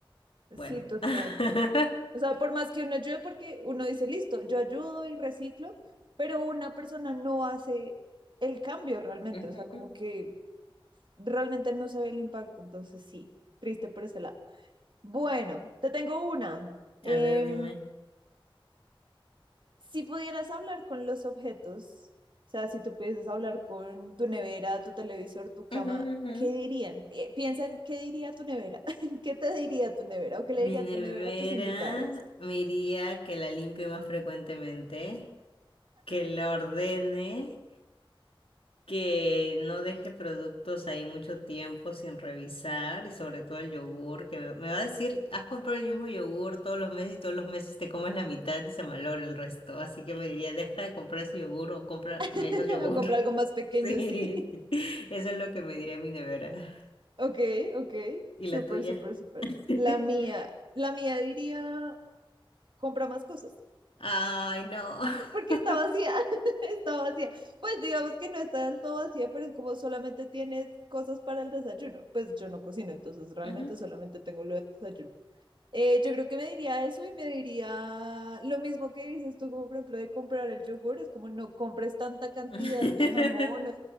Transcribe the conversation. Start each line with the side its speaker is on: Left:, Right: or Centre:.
Right: sí,
Left: bueno.
Right: total.
Left: <laughs>
Right: O sea, por más que uno ayude, porque uno dice, listo, yo ayudo y reciclo, pero una persona no hace el cambio realmente,
Left: Ujú.
Right: o sea, como que realmente no se ve el impacto, entonces sí, triste por ese lado. Bueno, te tengo una. Eh,
Left: A ver, dime.
Right: Si pudieras hablar con los objetos, o sea, si tú pudieras hablar con tu nevera, tu televisor, tu cama,
Left: Ujú, ujú.
Right: ¿qué dirían? Eh, Piensa en qué diría tu nevera, <laughs> qué te diría tu nevera o qué
Left: Mi
Right: le diría
Left: nevera
Right: tu nevera a tus invitados.
Left: me iría que la limpie más frecuentemente, que la ordene, que no deje productos ahí mucho tiempo sin revisar y sobre todo el yogur, que me, me va a decir, has comprado el mismo yogur todos los meses y todos los meses te comes la mitad y se malogra el resto, así que me diría, deja de comprar ese yogur o compra menos
Right: <laughs>
Left: yogur.
Right: O comprar
Left: <laughs>
Right: algo más pequeño,
Left: Sí,
Right: sí. <laughs>
Left: eso es lo que me diría mi nevera.
Right: Ok, ok,
Left: ¿Y
Right: súper,
Left: la tuya?
Right: súper, súper.
Left: <laughs>
Right: La mía, la mía diría, compra más cosas.
Left: Ay, no.
Right: porque
Left: <laughs>
Right: está vacía, <laughs> está vacía. Pues digamos que no está del todo vacía, pero es como solamente tienes cosas para el desayuno. Pues yo no cocino, entonces realmente
Left: Ajá.
Right: solamente tengo lo del desayuno. Eh, yo creo que me diría eso y me diría lo mismo que dices tú, como por ejemplo de comprar el yogur, es como no compres tanta cantidad
Left: <laughs>
Right: de jamón o